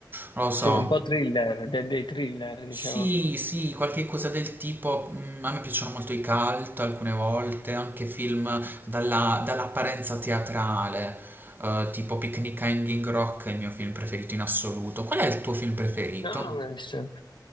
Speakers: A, on the right; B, on the left.
A: non lo so.
B: sì, un po' thriller, de- dei thriller, diciamo.
A: Sì, sì, qualche cosa del tipo. mm, a me piacciono molto i cult alcune volte, anche film dalla- dall'apparenza teatrale, eh, tipo Picnic a Hanging Rock è il mio film preferito in assoluto. Qual è il tuo film preferito?
B: No, ma adesso-